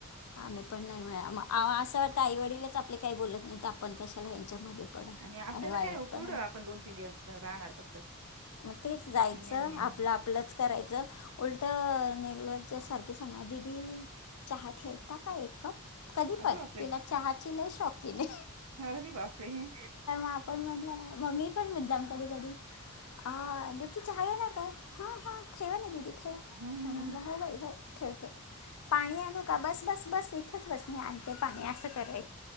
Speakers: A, on the left; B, on the right.
A: आम्ही पण नाही म्हणा असं वाटत आई वडीलच आपले काही बोलत नाही आपण कशाला प
B: आपल्याला
A: आणि वाईट
B: काय हो कुठं
A: प्
B: आपण दोन तीन दिवस राहणार फक्त
A: मग तेच जायचं
B: निघून येणार
A: आपलं आपलंच करायचं उलट नेल्याच्या सारखे सांगणार दीदी चहा ठेवता का एक कप. कधी
B: अरे
A: प
B: बापरे!
A: तिला चहाची लेस्ट रोकीने,
B: अरे बापरे!
A: आपण म्हटलं ना मम्मी पण मुद्दाम कधी कधी अ दीप्ती चहा घेणार काय? हां हां ठेवा ना दीदी
B: हम्म
A: म म्हणालं हो बाई हो ठेवतो. पाणी आणू का बस बस बस इथच बस मी आण ते पाणी असं कराय